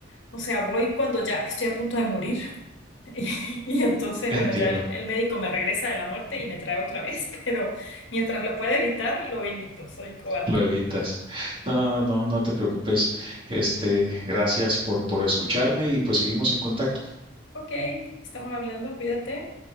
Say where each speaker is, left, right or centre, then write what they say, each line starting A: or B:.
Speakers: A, on the left; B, on the right.
A: o sea, voy cuando ya estoy a punto de morir. <laughs> Y, y entonces,
B: <laughs> Entiendo,
A: bueno, ya el, el médico me regresa de la muerte y me trae otra vez, <laughs> pero mientras lo pueda evitar, lo evito. Soy cobarde.
B: lo evitas.
A: Tal.
B: No, no, no te preocupes. Este, gracias por, por escucharme y pues seguimos en contacto.
A: Ok, estamos hablando, cuídate.